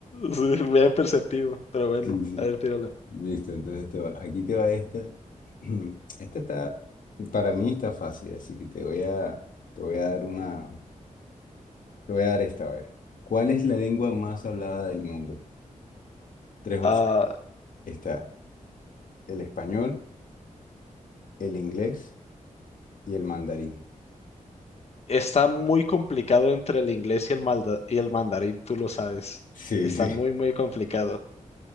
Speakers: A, on the left; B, on the left.
A: Sí, bien perceptivo, pero bueno,
B: Sí, sí.
A: a ver, tírala.
B: Listo, entonces te va- aquí te va esta. <clears throat> Esta está, para mí está fácil, así que te voy a, te voy a dar una, te voy a dar esta, a ver. ¿Cuál es la lengua más hablada del mundo? Tres opciones.
A: Ah,
B: Está el español, el inglés y el mandarín.
A: está muy complicado entre el inglés y el, malda- y el mandarín, tú lo sabes.
B: Sí,
A: Está
B: sí.
A: muy, muy complicado.